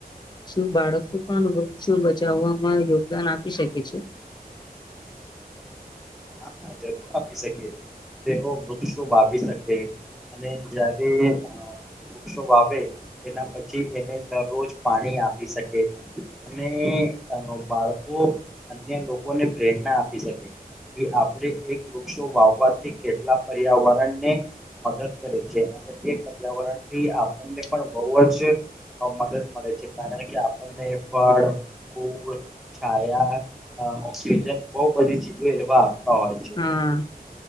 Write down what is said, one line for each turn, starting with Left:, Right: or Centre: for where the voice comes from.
Left: શું બાળકો પણ વૃક્ષો બચાવવામાં યોગદાન આપી શકે છે?
Centre: હા, જરૂર આપી શકે. તેઓ વૃક્ષો વાવી શકે અને જયારે વૃક્ષો વાવે એના પછી એને દરરોજ પાણી આપી શકે. અને બાળકો અન્ય લોકોને પ્રેરણા આપી શકે. કે આપણે એક વૃક્ષો વાવવાથી કેટલા પર્યાવરણને મદદ કરે છે અને તે પર્યાવરણથી આપણને પણ બોવ જ અ, મદદ મળે છે કારણ કે આપણને ફળ, ફૂલ છાયા અ ઓક્સિજન બો બધી ચીજે એવા હોય છે
Left: હા,